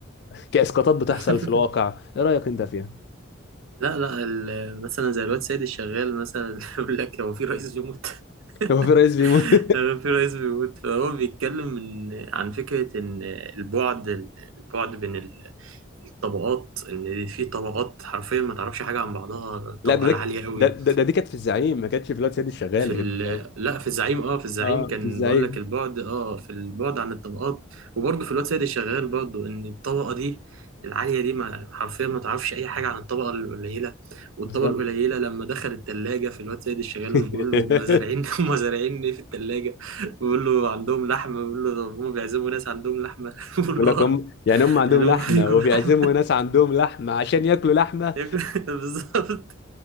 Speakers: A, on the left; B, on the right.
A: كاسقاطات بتحصل
B: <laughs>
A: في الواقع ايه رايك انت فيها
B: لا لا ال- مثلا زي الواد سيد الشغال مثلا <laughs> يقول لك هو في رئيس بيموت
A: <laughs> هو في رئيس بيموت
B: <laughs> هو في رئيس بيموت فهو بيتكلم من عن فكرة إن البعد البعد بين ال- الطبقات إن في طبقات حرفيا ما تعرفش حاجة عن بعضها
A: <laughs>
B: الطبقة
A: لا ده
B: العالية
A: ده
B: قوي
A: ده, ده, ده دي كانت في الزعيم ما كانتش في الواد سيد الشغال
B: في
A: ده
B: ال...
A: كانت في الزعيم
B: لا في الزعيم اه في الزعيم
A: اه
B: كان
A: في الزعيم
B: بقول لك البعد اه في البعد عن الطبقات وبرضه في الواد سيد الشغال برضه ان الطبقه دي العاليه دي ما حرفيا ما تعرفش اي حاجه عن الطبقه القليله والطبقه
A: بالظبط
B: القليله لما دخل التلاجة في الواد سيد الشغال
A: <laughs>
B: بيقول له هم زارعين <laughs> هم زارعين ايه في التلاجة بيقول له عندهم لحمه بيقول له طب هم بيعزموا ناس عندهم لحمه <laughs> بيقول
A: بيقول
B: له
A: لك
B: اه
A: هم يعني هم عندهم
B: يعني
A: لحمه
B: هم بيجوا
A: وبيعزموا
B: لحمه
A: ناس عندهم لحمه عشان ياكلوا لحمه
B: ياكل <laughs> بالظبط